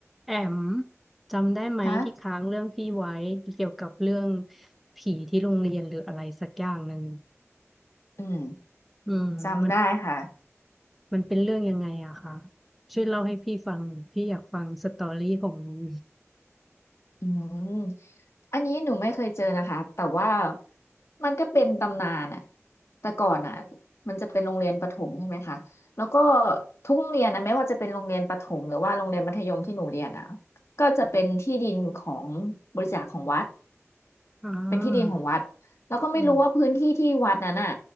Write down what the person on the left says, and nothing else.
ฮะ
อืม
จำได้ค่ะ
อืมอันนี้หนูไม่เคยเจอนะคะ แต่ว่ามันก็เป็นตำนานอะแต่ก่อนอะมันจะเป็นโรงเรียนประถมใช่ไหมคะแล้วก็ทุกโรงเรียนนะไม่ว่าจะเป็นโรงเรียนประถมหรือว่าโรงเรียนมัธยมที่หนูเรียนอะก็จะเป็นที่ดินของบริจาคของวัด
เป็นที่ดินของวัด แล้วก็ไม่รู้ว่าพื้นที่ที่วัดนั้นอะ